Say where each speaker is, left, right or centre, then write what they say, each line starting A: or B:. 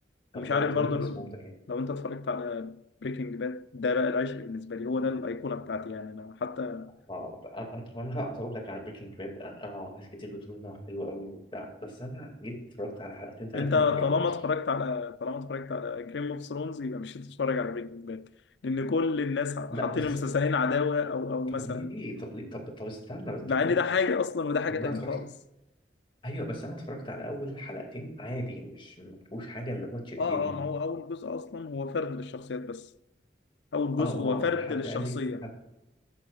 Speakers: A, on the left (about 75°); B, on the left (about 30°).
A: ومش
B: آه،
A: عارف
B: هو طويل
A: برضه
B: بس ممتع يعني
A: لو انت اتفرجت على بريكنج باد ده بقى العشق بالنسبه لي هو ده الايقونه بتاعتي يعني انا حتى
B: اه انا أنا هقعد اقول لك على بريكنج باد اه آه، ناس كتير بتقول انه حلو قوي وبتاع بس انا جيت اتفرجت على حلقتين ثلاثه
A: انت طالما
B: ما عجبنيش
A: اتفرجت على طالما اتفرجت على جيم اوف ثرونز يبقى مش هتتفرج على بريكنج باد لان كل الناس حاطين
B: لا بس
A: المسلسلين عداوه او او مثلا
B: طب ليه طب ليه طب طب استنى بس
A: مع
B: طب
A: ان
B: ليه
A: ده حاجه اصلا وده حاجه
B: طب ما
A: تانيه
B: انا اتفرجت
A: خالص
B: ايوه بس انا اتفرجت على اول حلقتين عادي مش ما فيهوش حاجه اللي هو تشدني
A: اه اه ما هو اول جزء اصلا هو فرد للشخصيات بس اول جزء
B: اه ما
A: هو
B: هو
A: فرد
B: حد
A: للشخصيه
B: قال لي حد,